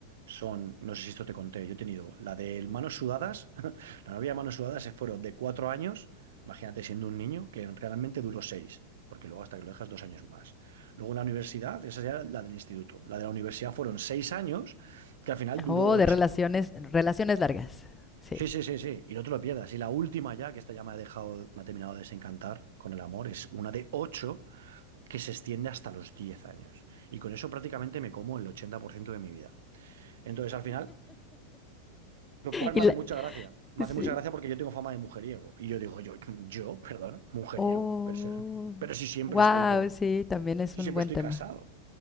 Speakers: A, on the right; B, on the left.
A: son, no sé si esto te conté, yo he tenido la de manos sudadas, <laughs> la novia de manos sudadas se fueron de cuatro años, imagínate siendo un niño, que realmente duró seis, porque luego hasta que lo dejas dos años más. Luego en la universidad, esa ya era la del instituto, la de la universidad fueron seis años, que al final duró
B: Oh,
A: ocho.
B: de relaciones, relaciones largas. Sí.
A: Sí, sí, sí, sí, y no te lo pierdas. Y la última ya, que esta ya me ha dejado, me ha terminado de desencantar con el amor, es una de ocho que se extiende hasta los diez años. Y con eso prácticamente me como el 80% de mi vida. Entonces, al final, Lo cual
B: Y
A: me
B: la-
A: hace mucha gracia. Me
B: sí.
A: hace mucha gracia porque yo tengo fama de mujeriego. Y yo digo, yo, yo, perdona, mujeriego.
B: Oh.
A: Pero, si- pero si siempre
B: Wow,
A: estoy con,
B: sí, también es
A: si
B: un
A: siempre
B: buen
A: estoy
B: tema.
A: casado.